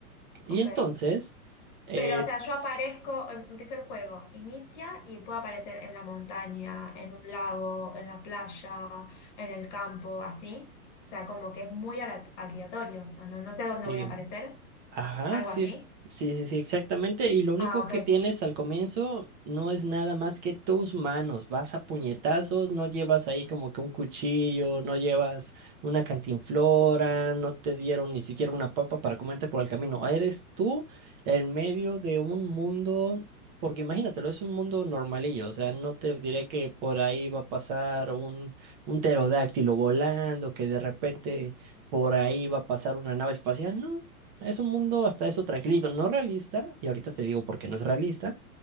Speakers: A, on the right; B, on the left.
A: Y
B: ok.
A: entonces, eh,
B: Pero, o sea, yo aparezco, em- empieza el juego, inicia y puedo aparecer en la montaña, en un lago, en la playa, en el campo, así. O sea, como que es muy ala- aleatorio, o sea, no, no sé dónde
A: sí,
B: voy a aparecer,
A: Ajá,
B: algo
A: sí,
B: así.
A: sí, sí, sí, exactamente. Y lo único
B: Ah, ok.
A: que tienes al comienzo no es nada más que tus manos. Vas a puñetazos, no llevas ahí como que un cuchillo, no llevas una cantinflora, no te dieron ni siquiera una papa para comerte por el camino. Eres tú en medio de un mundo, porque imagínatelo, es un mundo normalillo. O sea, no te diré que por ahí va a pasar un, un pterodáctilo volando, que de repente por ahí va a pasar una nave espacial. No. Es un mundo hasta eso tranquilito, no realista, y ahorita te digo por qué no es realista,